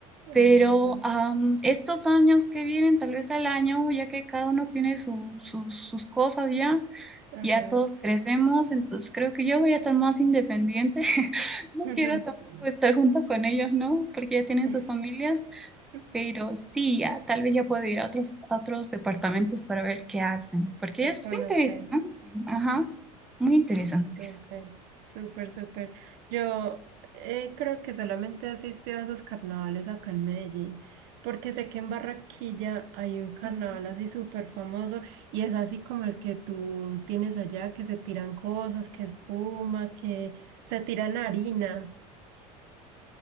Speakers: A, on the right; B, in the centre.
A: Ujú,
B: Pero am, estos años que vienen, tal vez al año, ya que cada uno tiene su- sus sus cosas ya,
A: ujú,
B: ya todos crecemos, entonces creo que yo voy a estar más independiente. <laughs> No
A: <laughs>
B: quiero tampoco estar junto con ellos, ¿no? Porque ya tienen
A: ujú.
B: sus familias,
A: <laughs>
B: pero sí, ya, tal vez ya puedo ir a otros, a otros departamentos para ver qué hacen, porque
A: Me
B: es
A: conocí.
B: interesante, ajá, muy interesante.
A: Súper, súper, súper. Yo eh, creo que solamente asistí a esos carnavales acá en Medellín, porque sé que en Barranquilla hay un carnaval
B: Ujú.
A: así súper famoso y es así como el que tú tienes allá, que se tiran cosas, que espuma, que se tiran harina,